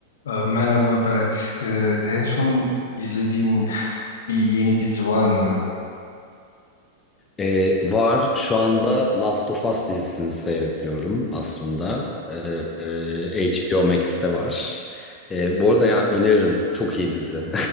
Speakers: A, on the left; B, on the left.
A: Ee, Merhaba Berk. Ee, en son izlediğin bir yeni dizi var mı?
B: Ee, var. Şu anda Last of Us dizisini seyrediyorum aslında. Ee, e, HBO Max'te var. Ee, bu arada yani öneririm. Çok iyi dizi.